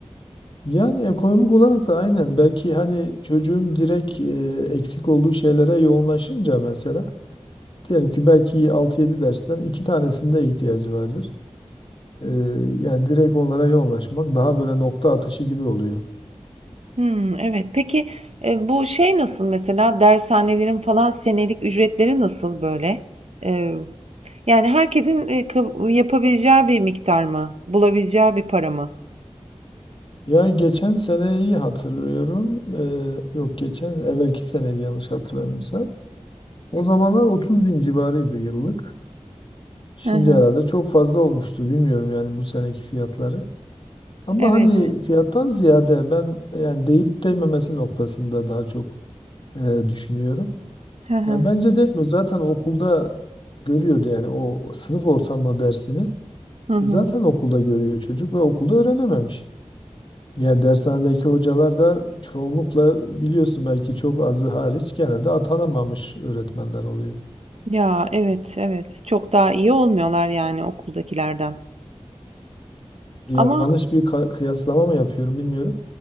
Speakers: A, on the left; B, on the right.
A: Yani ekonomik olarak da aynen belki hani çocuğun direkt e, eksik olduğu şeylere yoğunlaşınca mesela diyelim ki belki altı yedi dersten iki tanesinde ihtiyacı vardır. Ee, Yani direkt onlara yoğunlaşmak daha böyle nokta atışı gibi oluyor.
B: Hmm evet. Peki, eee, bu şey nasıl mesela, dershanelerin falan senelik ücretleri nasıl böyle? Eee, yani herkesin, eee, kab yapabileceği bir miktar mı? Bulabileceği bir para mı?
A: Ya geçen seneyi hatırlıyorum. Ee, yok geçen evvelki seneydi yanlış hatırlamıyorsam. O zamanlar 30 bin civarıydı yıllık. Şimdi
B: Hı hı.
A: herhalde çok fazla olmuştur. Bilmiyorum yani bu seneki fiyatları. Ama
B: Evet.
A: hani fiyattan ziyade ben yani deyip değmemesi noktasında daha çok e, düşünüyorum.
B: Hı hı.
A: Yani bence değmiyor. Zaten okulda görüyordu yani o sınıf ortamı dersini
B: Hı hı.
A: zaten okulda görüyor çocuk ve okulda öğrenememiş. Yani dershanedeki hocalar da çoğunlukla biliyorsun belki çok azı hariç genelde atanamamış öğretmenler oluyor.
B: Ya, evet, evet. Çok daha iyi olmuyorlar yani okuldakilerden.
A: Ya-
B: Ama
A: Yanlış bir ka- kıyaslama mı yapıyorum bilmiyorum.